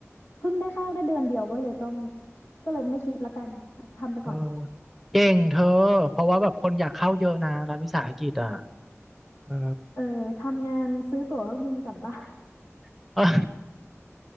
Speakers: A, on the left (about 80°); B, in the centre.
A: เพิ่งได้เข้าได้เดือนเดียวก็เลยต้องก็เลยไม่คิดละกันทำไปก่อน
B: เออเก่งเธอเพราะว่าแบบคนอยากเข้าเยอะนะรัฐวิสาหกิจอ่ะเออ
A: เออทำงานซื้อตั๋วเครื่องบินกลับบ้าน
B: <laughs> เออ